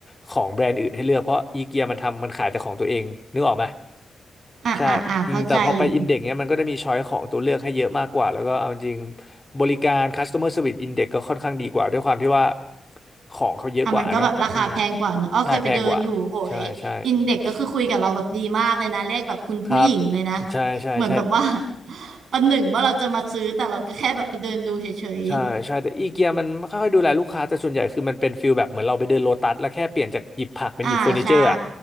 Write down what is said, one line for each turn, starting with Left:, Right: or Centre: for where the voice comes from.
Left: ของแบรนด์อื่นให้เลือกเพราะอีเกียมันทำมันขายแต่ของตัวเองนึกออกไหม
Right: อ่าอ่าอ่าเข้าใจอยู่
Left: ใช่อืมแต่พอไปอินเด็กเนี้ยมันก็จะมีช้อยของตัวเลือกให้เยอะมากกว่าแล้วก็เอาจริงบริการ customer service index ก็ค่อนข้างดีกว่าด้วยความที่ว่า ของเขาเยอะกว่าเนาะอืม
Right: อ่ะมันก็แบบราคาแพงกว่าเนอะอ้อเคยไปเดินอยู่โหยอินเด็กก็คือคุยกับเราแบบดีมากเลยนะเรียกแบบคุณผู้หญิงเลยนะ
Left: ใช่แพงกว่าใช่ใช่ครับใช่ใช่ใช่
Right: เหมือนแบบว่า <laughs> ประหนึ่งว่าเราจะมาซื้อแต่เราก็แค่แบบไปเดินดูเฉย
Left: ใช่ใช่แต่อีเกียมันไม่ค่อยดูแลลูกค้าแต่ส่วนใหญ่คือมันเป็นฟิลแบบเหมือนเราไปเดินโลตัสแล้วแค่เปลี่ยนจากหยิบผักเป็นหยิบเฟอร์นิเจอร์อ่ะ
Right: ๆ อ่าใช่